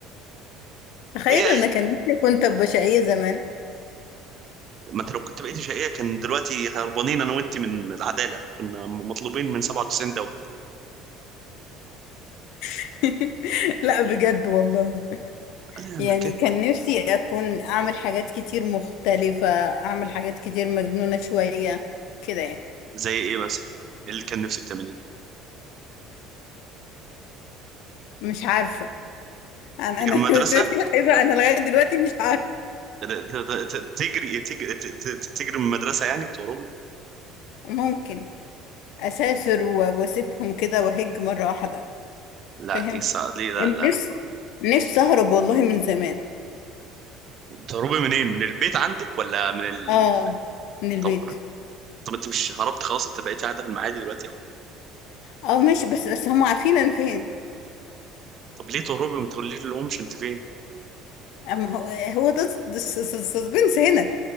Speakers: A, on the left; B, on the right.
A: تخيل
B: هي
A: انا كان نفسي كنت بشقية زمان
B: ما انت لو كنت بقيت شقيه كان دلوقتي هربانين انا وانت من العداله كنا مطلوبين من 97 دوله
A: <laughs> لا بجد والله
B: لا
A: يعني
B: ما كان
A: كان نفسي اكون اعمل حاجات كتير مختلفة اعمل حاجات كتير مجنونة شوية كده يعني
B: زي ايه مثلا اللي كان نفسك تعمليه
A: مش عارفة انا
B: تجري
A: انا
B: من
A: <laughs>
B: المدرسه
A: شايفة انا لغاية دلوقتي مش عارفة
B: ت- ت- ت- تجري تجري ت- ت- تجري من المدرسه يعني وتهربي
A: ممكن اسافر و- واسيبهم كده واهج مره واحده
B: لا
A: فاهم
B: دي صع... دي لا
A: نفسي
B: لا
A: نفسي اهرب والله من زمان
B: تهربي منين من البيت عندك ولا من ال...
A: اه من البيت
B: طب طب انت مش هربت خلاص انت بقيت قاعده في المعادي دلوقتي
A: اه ماشي بس بس هم عارفين انا فين
B: طب ليه تهربي وما تقوليش لهمش انت فين
A: اما هو هو ده الس- ده الس- الس- السسبنس هنا